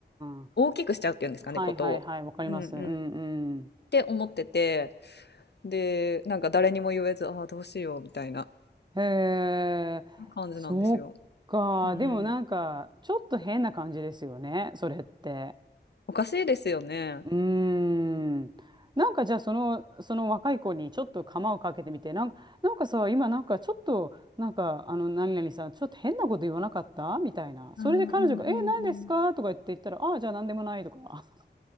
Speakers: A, on the right (about 25°); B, on the left (about 65°).
A: ん、うん。
B: 大きくしちゃうっていうんですかね、
A: はい、
B: ことを。
A: はい、はい、わかります。
B: うんうん。
A: うん、
B: っ
A: うん。
B: て思ってて、で、なんか誰にも言えず、ああ、どうしようみたいな
A: へえ、
B: 感じなんですよ。
A: そうか。
B: うん。
A: でもなんか、ちょっと変な感じですよね、それって。
B: おかしいですよね。
A: うーん。なんかじゃあ、その、その若い子にちょっと釜をかけてみて、なんか、なんかさ、今なんかちょっと、なんか、あの、何々さん、ちょっと変なこと言わなかったみたいな。それで彼女が、
B: うんうんうんうん。
A: え、何ですかとか言って言ったら、ああ、じゃあ何でもないとか。<laughs>